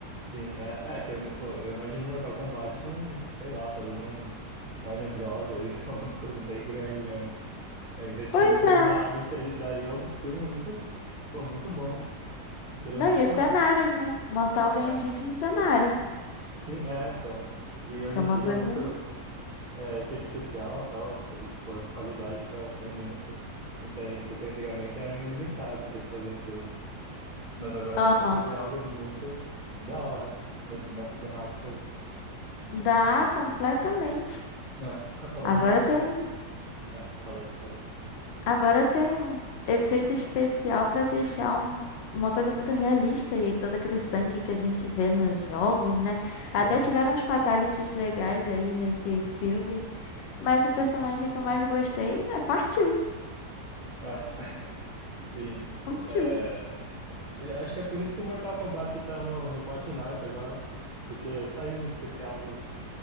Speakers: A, on the right; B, on the left.
A: Sim, é, é que eu, pô, eu imagino Mortal Kombat num, sei lá, fazendo um Warner Bros. aí, <laughs> alguma coisa bem grande mesmo. É, investindo
B: Pois
A: pesado,
B: é.
A: seria, daria um filme muito, pô, muito bom. Seria
B: Não,
A: muito
B: e
A: da
B: os cenários,
A: hora.
B: né? Mortal ganha
A: É,
B: gente no cenário.
A: sim, é, então. E hoje
B: Que é
A: em
B: uma
A: dia,
B: coisa.
A: é muito é, efeito especial e tal, e, pô, a qualidade tá, tá imensa. Não tem, porque antigamente era meio limitado para se fazer as coisas. Mas agora
B: Aham.
A: dá para fazer algo muito da hora nessa, nessa temática aí.
B: Dá completamente.
A: Ah, ah, falando
B: Agora
A: do Mortal
B: tem.
A: Kombat. É, falei, falei.
B: Agora tem um efeito especial pra deixar um- uma coisa muito realista e todo aquele sangue que a gente vê nos jogos, né? Até
A: Sim,
B: tiveram uns fatalities legais aí nesse filme, mas o personagem que eu mais gostei, né, partiu,
A: ah, <laughs> sim.
B: partiu.
A: É, Acho que é por isso que o Mortal Kombat tá no, no Fortnite agora. Porque saiu o especial do